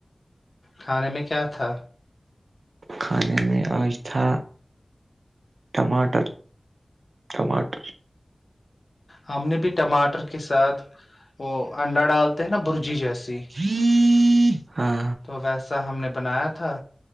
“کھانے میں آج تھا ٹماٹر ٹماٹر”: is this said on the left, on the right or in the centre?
Right